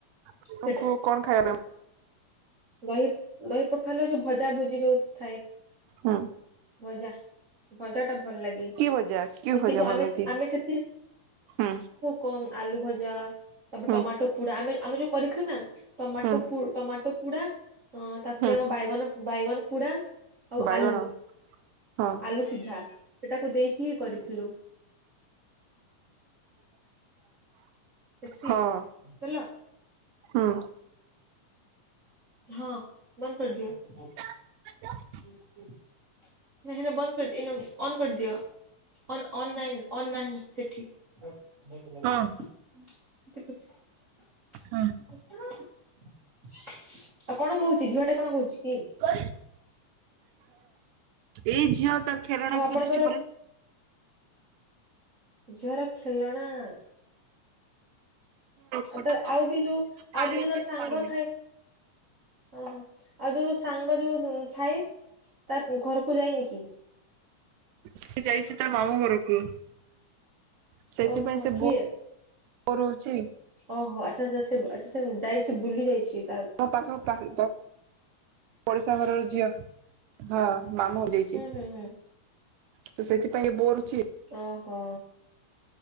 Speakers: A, on the right (about 80°); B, on the right (about 55°).
A: ଆପଣଙ୍କୁ
B: ସେଟା
A: କଣ ଖାଇଚ?
B: ଦହି ଦହି ପଖାଇଲେ ଯୋଉ ଭଜା ଭୁଜି ଯୋଉ ଥାଏ।
A: ହଁ।
B: ଭଜା ଭଜା ଟା ଭଲ ଲାଗେ ଆଉ
A: କି ଭଜା କି ଭଜା
B: କିନ୍ତୁ
A: ଭଲ
B: ଆମେ
A: ଲାଗେ?
B: ଆମେ ସେଥିରେ
A: ହୁଁ।
B: କମ ଆଲୁ ଭଜା ତାପରେ
A: ହୁଁ
B: ଟମାଟୋ ପୋଡା ଆମେ ଆମେ ଯୋଉ କରିଥିଲୁ ନା ଟମାଟୋ
A: ହୁଁ
B: ପୁ ଟମାଟୋ ପୋଡା ଅ ତାପରେ
A: ହୁଁ
B: ଆମ ବାଇଗଣ ବାଇଗଣ ପୋଡା। ଆଉ
A: ବାଇଗଣ
B: ଆଲୁ
A: ହଁ
B: ଆଲୁ ସିଝା। ସେଟାକୁ ଦେଇଖୀ କରିଥିଲୁ। ବେଶୀ
A: ହଁ
B: <unintelligible>
A: ହୁଁ।
B: ହଁ ବନ୍ଦ କରି ଦିଅ।
A: <inaudible>
B: <unintelligible> ସେଥିରେ ବନ୍ଦ କରି ଅନ କରିଦିଅ ଅନାଇ ନାଇଁ ଅନାଇ ନାଇଁ ସେଠି କୋଉଠି ଲାଗିଛି
A: ହଁ
B: ସେପଟେ
A: ହଁ
B: ଆଉ କଣ କହୁଛି ଝିଅ ଟା କଣ କହୁଛି କି?
A: ହଁ ଏଇ ଝିଅ ତାର ଖେଳଣା
B: ଆଉ ଆପଣଙ୍କର
A: ଖୋଜୁଛି
B: ଝିଅର ଖେଳଣା <unintelligible>
A: ଖଟ
B: ଆଉ ତାର
A: ତଳେ
B: ଆଉ ବି
A: ରହିଯାଇଛି
B: ଯୋଉ
A: ତ ସେ
B: ଆଉ
A: ଆଣିବା
B: ବି ଯୋଉ
A: ପାଇଁ
B: ତାର ସାଙ୍ଗ
A: ପାରୁନି
B: ଥାଏ। ଓହୋ ଆଉ ଯୋଉ ସାଙ୍ଗ ଯୋଉ ଥାଏ ତା ଘରକୁ ଯାଇଏନି।
A: ସେ ଯାଇଛି ତା ମାମଁ ଘରକୁ ସେଥିପାଇଁ
B: ଓହୋ
A: ସେ
B: କିଏ
A: ପ କରୁଛି।
B: ଓହୋ ଆଚ୍ଛା ଆଛା ସେ ଆଚ୍ଛା ସେ ଯାଇଛି ବୁଲି ଯାଇଛି ତା
A: ମୋ ପାଖଖ ପାଖ ପଡ଼ିଶା ଘରର ଝିଅ ହଁ ମାମୁଲ ଦେଇଚି
B: ହୁଁ ହୁଁ ହୁଁ
A: ତ ସେଥିପାଇଁ ବୋରୁଛି
B: ଓହୋ।